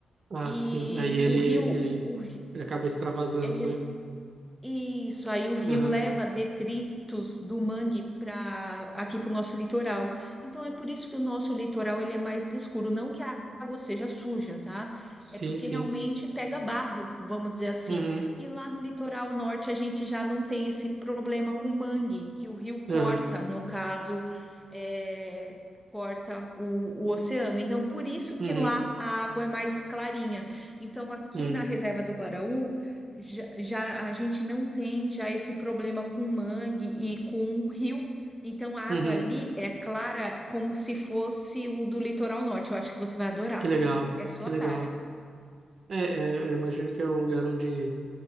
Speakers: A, on the right; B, in the centre.
A: Ah,
B: E
A: sim. Aí ele,
B: o rio,
A: ele,
B: o, ri-
A: ele acaba extravasando,
B: ele,
A: né?
B: Isso, aí o rio
A: Aham,
B: leva detritos do mangue para aqui para o nosso litoral. Então é por isso que o nosso litoral ele é mais escuro, não que a água seja suja, tá?
A: Sim,
B: É porque
A: sim.
B: realmente pega barro, vamos dizer assim.
A: Uhum,
B: E lá no litoral norte a gente já não tem esse problema com mangue, que o rio corta,
A: aham,
B: no caso, é, corta o, o oceano. Então por isso
A: uhum,
B: que lá a água é mais clarinha. Então aqui
A: uhum,
B: na reserva do Guaraú já, já a gente não tem já esse problema com mangue e com rio. Então a água
A: uhum.
B: ali é clara como se fosse o do litoral norte. Eu acho que você vai adorar.
A: Que legal,
B: É sua
A: que legal.
B: cara.
A: É, é, eu imagino que é o lugar onde o